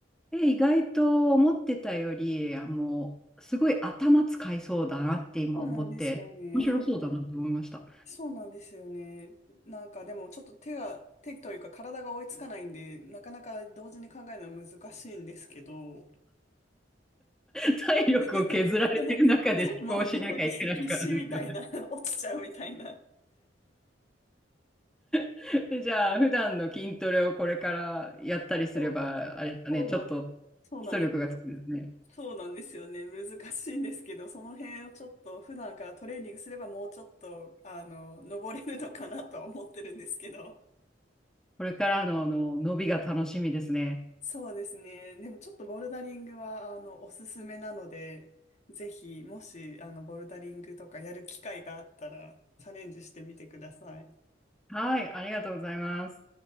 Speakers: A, in the centre; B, on the left.
A: え、意外と思ってたより、あの、すごい頭使いそうだなって今思って、
B: そうなんですよね。
A: 面白そうだなと思いました。
B: そうなんですよね。なんかでもちょっと手が、手というか体が追いつかないんで、なかなか同時に考えるのは難しいんですけど。
A: 体力を削られてる中で思考しなきゃいけないからですよね。
B: <laughs> もう <laughs> 必死みたいな、落ちちゃうみたいな。
A: <laughs> でじゃあ、普段の筋トレをこれからやったりすれば、
B: そう、
A: あれだね、
B: そうなんです。
A: ちょっと
B: そうなんです。
A: 基礎力がつくんですね。
B: そうなんですよね。難しいんですけど、その辺をちょっと普段からトレーニングすればもうちょっと、あの、登れるのかなとは思ってるんですけど。
A: これからの、あの伸びが楽しみですね。
B: そうですね。でもちょっとボルダリングは、あの、おすすめなので、ぜひ、もし、あの、ボルダリングとかやる機会があったら、チャレンジしてみてください。
A: はい、ありがとうございます。